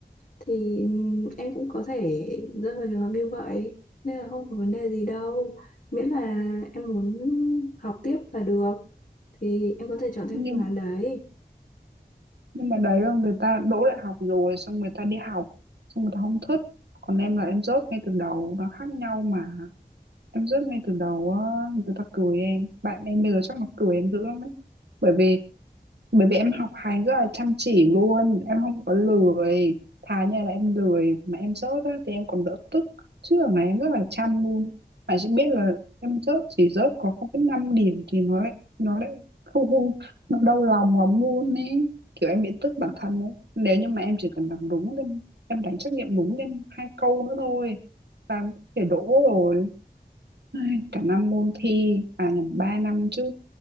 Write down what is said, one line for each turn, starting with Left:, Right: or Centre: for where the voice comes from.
Left: thì ừm, em cũng có thể rơi vào trường hợp như vậy nên là không có vấn đề gì đâu miễn là em muốn học tiếp là được thì em có thể chọn theo
Right: Nhưng
Left: phương án đấy
Right: nhưng mà đấy là người ta đỗ đại học rồi xong người ta đi học xong người ta không thích. Còn em là em rớt ngay từ đầu, nó khác nhau mà. Em rớt ngay từ đầu á, người ta cười em. Bạn em bây giờ chắc là cười em dữ lắm ấy. Bởi vì bởi vì em học hành rất là chăm chỉ luôn em không có lười thà như là em lười mà em rớt á, thì em còn đỡ tức chứ ở này em rất là chăm luôn mà chỉ biết là em rớt chỉ rớt có không phẩy năm điểm thì nó lại nó lại không không nó đau lòng lắm luôn ấy kiểu em bị tức bản thân ấy nếu như mà em chỉ cần làm đúng thì em đánh trắc nghiệm đúng thêm hai câu nữa thôi là em có thể đỗ rồi Ai, cả năm môn thi à nhầm 3 năm chứ